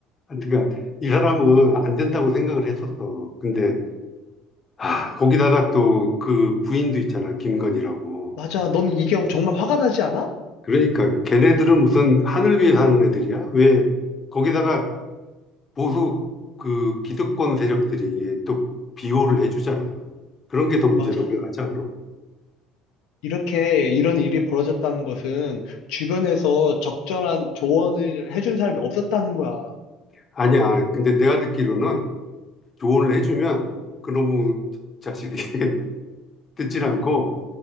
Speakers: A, on the left (about 35°); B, on the left (about 75°).
A: 하여튼간 이 사람은 안 된다고 생각을 했었어. 근데 아, 거기다가 또 그 부인도 있잖아, 김건희라고.
B: 맞아. 넌 이게 정말 화가 나지 않아?
A: 그러니까 걔네들은 무슨 하늘 위에 사는 애들이야? 왜 거기다가 보수 그 기득권 세력들이 또 비호를 해주잖아. 그런 게 더 문제고
B: 맞아.
A: 생각하지 않아?
B: 이렇게 이런 일이 벌어졌다는 것은 주변에서 적절한 조언을 해준 사람이 없었다는 거야.
A: 아니야. 근데 내가 듣기로는 조언을 해주면 그놈의 자식이 <laughs> 듣질 않고